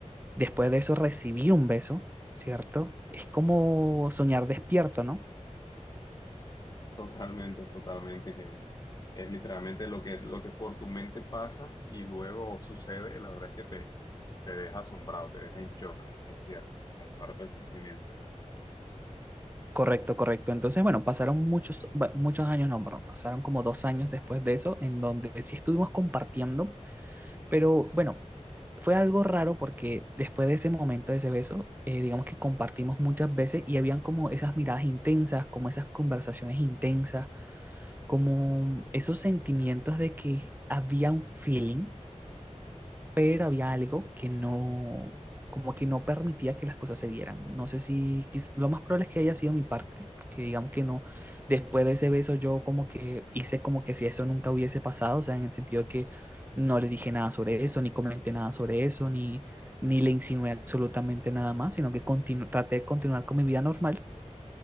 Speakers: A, on the right (about 15°); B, on the left (about 30°).
A: después de eso recibir un beso, ¿cierto? Es como soñar despierto, ¿no?
B: Totalmente, totalmente, que es literalmente lo que, lo que por tu mente pasa y luego sucede, la verdad es que te, te deja asombrado, te deja en shock, es cierto, comparto el sentimiento.
A: Correcto, correcto. Entonces, bueno, pasaron muchos, ba- muchos años, no, perdón, pasaron como dos años después de eso, en donde sí estuvimos compartiendo, pero bueno, fue algo raro porque después de ese momento, de ese beso, eh, digamos que compartimos muchas veces y habían como esas miradas intensas, como esas conversaciones intensas, como esos sentimientos de que había un feeling pero había algo que no, como que no permitía que las cosas se dieran. No sé si, quiz- lo más probable es que haya sido mi parte, porque digamos que no, después de ese beso yo como que hice como que si eso nunca hubiese pasado, o sea, en el sentido de que no le dije nada sobre eso, ni comenté nada sobre eso, ni, ni le insinué absolutamente nada más, sino que continu- traté de continuar con mi vida normal.